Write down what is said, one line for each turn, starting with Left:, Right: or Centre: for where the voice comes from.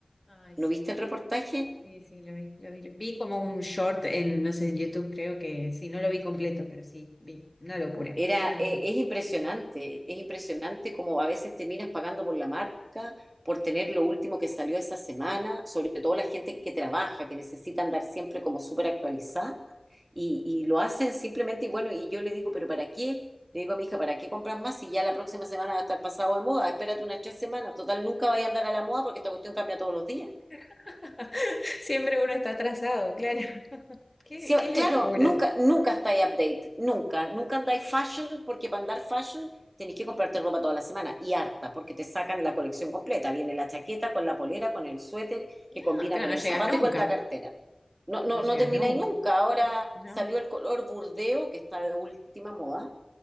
Left: Ay,
Right: ¿No
Left: sí,
Right: viste el reportaje?
Left: sí, sí, lo vi, lo vi. lo- Vi como un short en, no sé, en YouTube creo que, sí, no lo vi completo, pero sí, vi. Una locura,
Right: Era,
Left: una
Right: e-
Left: locura.
Right: es impresionante, es impresionante como a veces terminas pagando por la marca, por tener lo último que salió esa semana, sobre todo la gente que trabaja, que necesita andar siempre como súper actualizada, y, y lo hacen simplemente, y bueno, y yo le digo, pero ¿para qué? Le digo a mi hija, ¿para qué compras más si ya la próxima semana va a estar pasado de moda? Espérate unas tres semanas, total, nunca vaya a andar a la moda porque esta cuestión cambia todos los días.
Left: <laughs> Siempre uno está atrasado, claro. Qué,
Right: Sí,
Left: qué
Right: claro,
Left: locura.
Right: nunca, nunca estáis update, nunca, nunca andáis fashion, porque para andar fashion tenéis que comprarte ropa toda la semana y harta, porque te sacan la colección completa. Viene la chaqueta con la polera, con el suéter que
Left: No,
Right: combina
Left: claro,
Right: con
Left: no
Right: el
Left: llegas
Right: zapato
Left: nunca,
Right: y con la cartera. No, no,
Left: no llegas
Right: no termináis
Left: nunca,
Right: nunca. Ahora
Left: no.
Right: salió el color burdeo, que está de última moda,